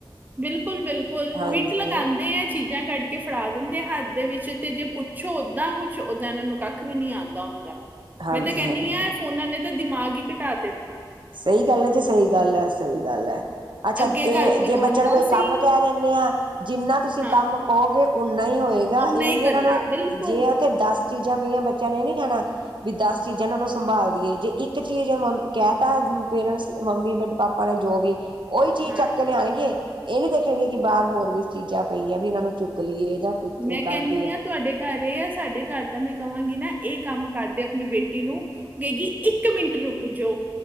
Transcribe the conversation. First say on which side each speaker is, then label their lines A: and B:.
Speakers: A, on the right (about 20°); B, on the right (about 65°).
A: ਬਿਲਕੁਲ ਬਿਲਕੁਲ
B: ਹਾਂਜੀ
A: ਮਿੰਟ ਲਗਾਉਂਦੇ ਆ ਚੀਜ਼ਾਂ ਕੱਢ ਕੇ ਫੜਾ ਦਿੰਦੇ ਹੱਥ ਦੇ ਵਿੱਚ ਤੇ ਜੇ ਪੁੱਛੋ ਓਦਾਂ ਕੁਛ ਓਦਾਂ ਇਹਨਾਂ ਨੂੰ ਕੱਖ ਵੀ ਨਹੀਂੀ ਆਉਂਦਾ ਹੁੰਦਾ
B: ਹਾਂਜੀ
A: ਮੈਂ ਤਾਂ ਕਹਿੰਦੀ
B: ਹਾਂਜੀ
A: ਹਾਂ ਫੋਨਾਂ ਨੇ ਤਾਂ ਦਿਮਾਗ ਹੀ ਘਟਾ
B: ਸਹੀ ਗੱਲ ਹੈ ਜੀ ਸਹੀ ਗੱਲ ਹੈ ਸਹੀ ਗ ਗੱਲ ਹੈ ਅੱਛਾ
A: ਅੱਗੇ
B: ਇਹ
A: ਘਰ ਕੋਈ
B: ਜੇ ਬੱਚਿਆਂ
A: ਆਂਦਾ
B: ਨੂੰ ਕੋਈ
A: ਸੀ
B: ਕੰਮ ਕਹਿ ਦਿੰਦੇ ਆ ਜਿੰਨਾ ਤੁਸੀਂ
A: ਹਾਂ
B: ਕੰਮ ਕਹੋਗੇ ਨਹੀਂ ਹੋਏਗਾ
A: ਉਹਨੇ
B: ਇਹ
A: ਹੀ
B: ਨ ਇਹਨਾਂ
A: ਕਰਨਾ
B: ਨੂੰ
A: ਬਿਲਕੁਲ
B: ਜੇ ਉਥੇ ਦੱਸ ਚੀਜ਼ਾਂ ਪਈਆਂ ਬੱਚਿਆਂ ਨੇ ਇਹ ਨੀ ਕਹਿਣਾ ਵੀ ਦਸ ਚੀਜ਼ਾਂ ਉਹ ਨੂੰ ਸੰਭਾਲਦੀਏ ਜੇ ਇੱਕ ਚੀਜ਼ ਉਹਨਾਂ ਨੂੰ ਕਹਿਤਾਂ ਤਾਂ ਪੇਰੈਂਟਸ ਮੰਮੀ ਬਟ ਪਾਪਾ ਨੇ ਜੋ ਵੀ ਉਓਹੀ ਚੀਜ਼
A: ਹਾਂ
B: ਚੱਕ ਕੇ ਲਿਆਉਣਗੇ ਇਹ ਨੀ ਦੇਖਣਗੇ ਕਿ ਬਾਹਰ ਹੋਰ ਵੀ ਚੀਜ਼ਾਂ ਪਈਆਂ ਵੀ ਇਹਨਾਂ ਨੂੰ ਚੁੱਕ ਲਈਏ ਜਾਂ ਕੁ ਉਹ
A: ਮੈਂ
B: ਕਰਦੀ
A: ਕਹਿੰਦੀ
B: ਹੈ
A: ਹਾਂ ਤੁਹਾਡੇ ਘਰ ਇਹ ਆ ਸਾਡੇ ਘਰ ਤਾਂ ਮੈਂ ਕਵਾਂਗੀ ਨਾ ਇਹ ਕੰਮ ਕਰਦੇ ਆਪਣੀ ਬੇਟੀ ਨੂੰ ਗਏਗੀ ਇੱਕ ਮਿੰਟ ਰੁਕ ਜਾਓ